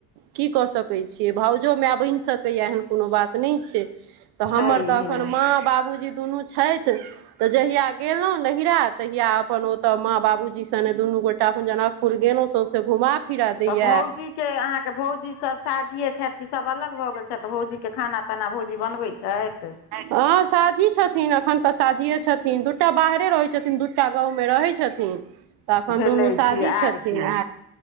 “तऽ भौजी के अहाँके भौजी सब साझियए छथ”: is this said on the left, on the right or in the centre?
Left